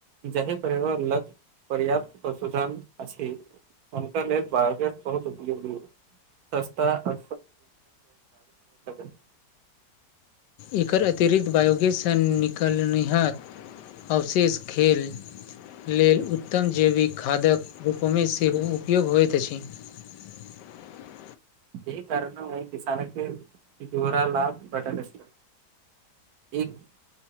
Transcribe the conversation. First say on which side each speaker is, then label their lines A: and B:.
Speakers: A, on the right (about 70°); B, on the left (about 80°).
A: जाहि परिवार लग पर्याप्त संशोधन अछि हमक ले बायोगैस बहुत उपल्धीै सस्ता आ <unintelligible>
B: एकर अतिरिक्त बायोगेससँ निकलनिहहार अवशेष खेल लेल उत्तम जैविक खादक रूपमे सेहो उपयोग होइत अछि <inaudible>
A: चहि कारण हय किसान के जोरा लाभ बदल अछि एक